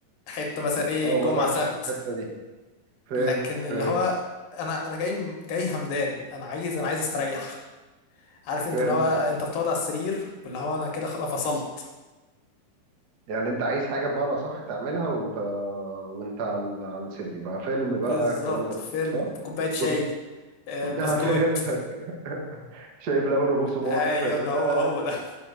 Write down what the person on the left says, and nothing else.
حته مثلا ايه
جمعه
سبت
لكن اللي
هو انا انا جاي جاي همدان انا عايز انا عايز استريح عارف انت
اللي هو انت بتقعد على السرير واللي هو انا كده خلاص فصلت
بالظبط
فيلم
كوب-
كوبايه شاي
آه،
بسكوت
ايون
هو
هو
ده